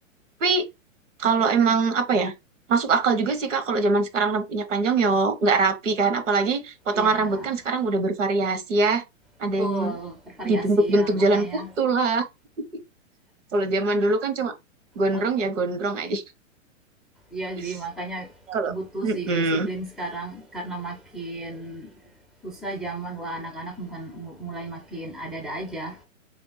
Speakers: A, on the right; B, in the centre.
A: Tapi kalau emang apa ya masuk akal juga sih Kak kalau zaman sekarang rambutnya panjang ya nggak rapi kan. Apalagi potongan
B: Ya,
A: rambut kan sekarang udah bervariasi ya.
B: betul.
A: Ada yang
B: Bervariasi
A: dibentuk-bentuk
B: ya, makanya.
A: jalan kutu lah. <laughs> Kalau zaman dulu kan cuma gondrong
B: Mak-
A: ya gondrong aja.
B: Iya
A: <laughs>
B: sih, makanya
A: Kalau
B: butuh
A: mm-mm.
B: sih disiplin sekarang. Karena makin susah zaman, wah anak-anak bukan mulai makin ada-ada aja.